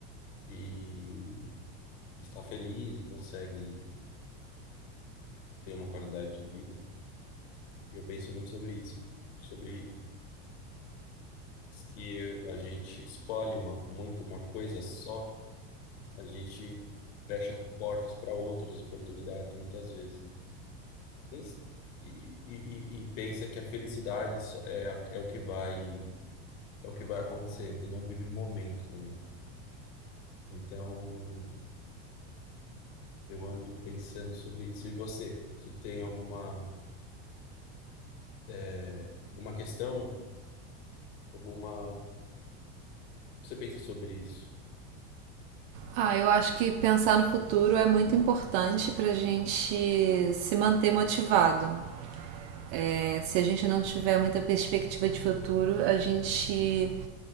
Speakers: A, on the left; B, on the right.
A: e está feliz e consegue ter uma qualidade de vida. E eu penso muito sobre isso sobre se a gente escolhe uma, muito uma coisa só, a gente fecha portas para outras oportunidades, muitas vezes. Nem s- E, e, e e pensa que a felicidade só- é, a- é o que vai, é o que vai acontecer, e não vive o momento também. Então, eu ando pensando sobre isso. E você? Você tem alguma, é, alguma questão? Alguma... Você pensa sobre isso?
B: Ah, eu acho que pensar no futuro é muito importante pra gente se manter motivado. É, se a gente não tiver muita perspectiva de futuro, a gente